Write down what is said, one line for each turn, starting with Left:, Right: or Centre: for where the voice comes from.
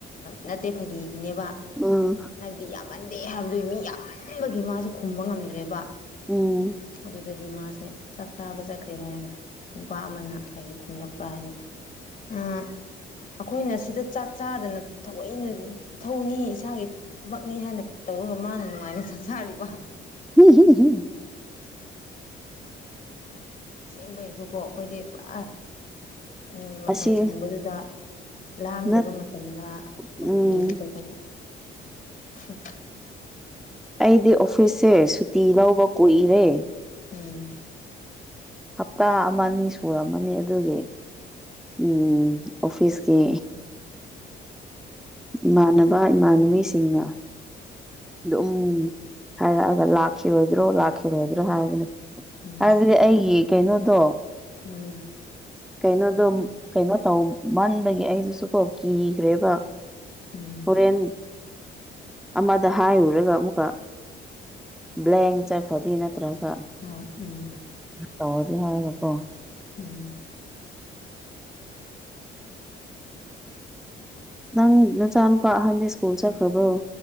Left: ꯅꯠꯇꯦ ꯐꯥꯒꯤꯒꯤꯅꯦꯕ
Centre: ꯑꯝ
Left: ꯍꯥꯏꯕꯗꯤ ꯌꯥꯝꯃꯟꯗꯦ ꯍꯥꯏꯕꯗꯨ ꯃꯤ ꯌꯥꯝꯃꯟꯕꯒꯤ ꯃꯥꯁꯦ ꯈꯨꯝꯕ ꯉꯝꯗ꯭ꯔꯦꯕ
Centre: ꯎꯝ
Left: ꯑꯗꯨꯗꯗꯤ ꯃꯥꯁꯦ ꯆꯥꯛ ꯆꯥꯕ ꯆꯠꯈ꯭ꯔꯦ ꯍꯥꯏꯔꯒ ꯅꯨꯄꯥ ꯑꯃꯅ ꯀꯔꯤꯒꯤ ꯈꯨꯝꯂꯛꯄ꯭ꯔꯥ ꯍꯥꯏꯔꯒ ꯑ ꯑꯩꯈꯣꯏꯅ ꯁꯤꯗ ꯆꯥꯛ ꯆꯥꯗꯅ ꯊꯑꯣꯏꯅ ꯏꯊꯧꯅꯤ ꯏꯁꯥꯒꯤ ꯊꯕꯛꯅꯤ ꯍꯥꯏꯅ ꯇꯧꯔꯒ ꯃꯥꯅ ꯅꯨꯡꯉꯥꯏꯅ ꯆꯥꯛꯆꯥꯔꯤꯕ꯫
Centre: <unintelligible>
Left: ꯑꯁꯦꯡꯕꯩꯁꯨꯀꯣ ꯑꯩꯈꯣꯏꯗꯤ ꯄꯨꯔꯥ ꯎꯝ ꯃꯇꯝ
Centre: ꯑꯁꯤ
Left: ꯁꯪꯕꯗꯨꯗ ꯂꯥꯡꯗꯕ
Centre: ꯅꯠ
Left: ꯃꯇꯝꯗ ꯇꯧꯔꯤꯉꯩꯗꯨꯗ
Centre: ꯎꯝ
Left: ꯀꯣ <unintelligible>
Centre: ꯑꯩꯗꯤ ꯑꯣꯐꯤꯁꯁꯦ ꯁꯨꯇꯤ ꯂꯧꯕ ꯀꯨꯏꯔꯦ
Left: ꯎꯝ
Centre: ꯍꯞꯇꯥ ꯑꯃ ꯑꯅꯤ ꯁꯨꯔꯝꯃꯅꯤ ꯑꯗꯨꯒꯤ ꯎꯝ ꯑꯣꯐꯤꯁꯀꯤ ꯏꯃꯥꯟꯅꯕ ꯏꯃꯥꯟꯅꯕꯤꯁꯤꯡꯅ ꯑꯗꯨꯝ ꯍꯥꯏꯔꯛꯑꯒ ꯂꯥꯛꯈꯤꯔꯣꯏꯗ꯭ꯔꯣ ꯂꯥꯛꯈꯤꯔꯣꯏꯗ꯭ꯔꯣ ꯍꯥꯏꯕꯅꯤ
Left: ꯎꯝ
Centre: ꯍꯥꯏꯕꯗꯤ ꯑꯩꯒꯤ ꯀꯩꯅꯣꯗꯣ
Left: ꯎꯝ
Centre: ꯀꯩꯅꯣꯗꯣ ꯀꯩꯅꯣ ꯇꯧꯃꯟꯕꯒꯤ ꯑꯩꯗꯨꯁꯨ ꯀꯣ ꯀꯤꯈ꯭ꯔꯦꯕ
Left: ꯎꯝ
Centre: ꯍꯣꯔꯦꯟ ꯑꯃꯗ ꯍꯥꯏꯔꯨꯔꯒ ꯑꯃꯨꯛꯀ ꯕ꯭ꯂꯦꯡ ꯆꯠꯈ꯭ꯔꯗꯤ ꯅꯠꯇ꯭ꯔꯒ
Left: ꯑ ꯎꯝ
Centre: ꯇꯧꯔꯗꯤ ꯍꯥꯏꯔꯒꯀꯣ
Left: ꯎꯝ
Centre: ꯅꯪ ꯅꯆꯥꯅꯨꯄꯥ ꯑꯍꯟꯗꯤ ꯁ꯭ꯀꯨꯜ ꯆꯠꯈ꯭ꯔꯕ꯭ꯔꯣ